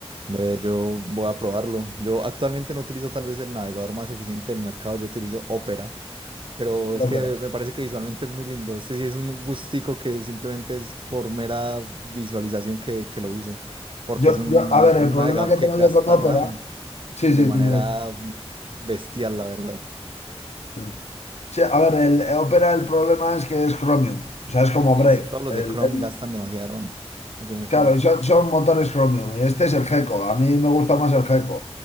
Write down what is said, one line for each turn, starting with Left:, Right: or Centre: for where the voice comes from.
Right: ve, yo voy a probarlo. Yo actualmente no utilizo tal vez el navegador más eficiente del mercado, yo utilizo Opera, Pero
Left: la
Right: es
Left: Opera.
Right: que me parece que visualmente es muy lindo. Este sí es un gustico que simplemente es por mera visualización que, que lo uso. Porque
Left: Yo,
Right: es un,
Left: yo,
Right: nave-
Left: a ver, el
Right: es un
Left: problema
Right: navegador
Left: que
Right: que
Left: tengo
Right: gasta
Left: yo con Opera,
Right: RAM
Left: sí,
Right: de
Left: sí,
Right: manera
Left: dime,
Right: bestial, la verdad.
Left: dime. Sí, a ver, el, el Opera el problema es que es Chromium, o sea, es como
Right: Es,
Left: Brave.
Right: todos los
Left: El-
Right: de Chrome
Left: el-
Right: gastan demasiada RAM, al fin y al cabo.
Left: claro, y son, son motores Chromium. y Este es el Gecko, a mí me gusta más el Gecko.